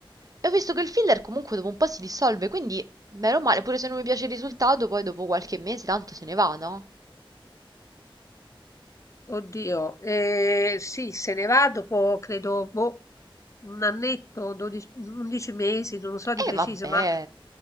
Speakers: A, on the right (about 40°); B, on the left (about 35°).
A: E ho visto che il filler comunque dopo un po' si dissolve, quindi, bene o male, pure se non mi piace il risultato, poi dopo qualche mese tanto se ne va, no?
B: Oddio, eh, sì, se ne va dopo, credo, boh, un annetto, 12, 11 mesi, non lo so
A: E
B: di preciso,
A: vabbè.
B: ma,